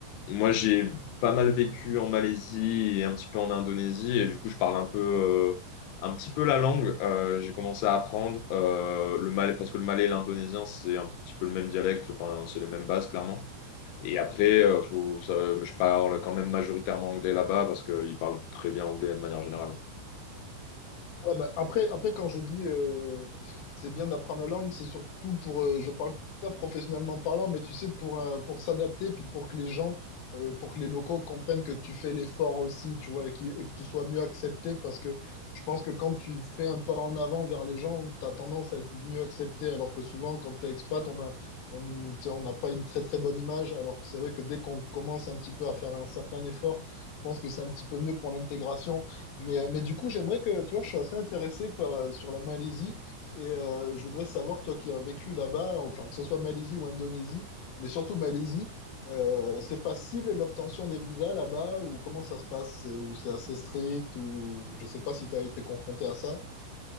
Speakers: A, on the left; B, on the left.
A: moi, j'ai pas mal vécu en Malaisie et un petit peu en Indonésie, et du coup, je parle un peu, euh, un petit peu la langue. Euh, j'ai commencé à apprendre euh, le malais, parce que le malais et l'indonésien, c'est un petit peu le même dialecte, enfin, c'est les mêmes bases, clairement. Et après, euh, faut, ça- je parle quand même majoritairement anglais là-bas, parce qu'ils parlent très bien anglais de manière générale.
B: Ouais, bah, après, après, quand je dis euh, c'est bien d'apprendre la langue, c'est surtout pour, euh, je parle pas professionnellement parlant, mais tu sais, pour, euh, pour s'adapter, puis pour que les gens, euh, pour que les locaux comprennent que tu fais l'effort aussi, tu vois, et, qui- et que tu sois mieux accepté, parce que je pense que quand tu fais un pas en avant vers les gens, tu as tendance à être mieux accepté, alors que souvent, quand tu es expat, on a, on nous, tu sais, on n'a pas une très très bonne image, alors que c'est vrai que dès qu'on commence un petit peu à faire un certain effort, je pense que c'est un petit peu mieux pour l'intégration. Mais, euh, mais du coup, j'aimerais que, tu vois, je suis assez intéressé par, euh, sur la Malaisie et euh, je voudrais savoir, toi qui as vécu là-bas, enfin, que ce soit Malaisie ou Indonésie, mais surtout Malaisie, euh, c'est facile l'obtention des visas là-bas ou comment ça se passe? C'est- Ou c'est assez strict ou je sais pas si tu as été confronté à ça.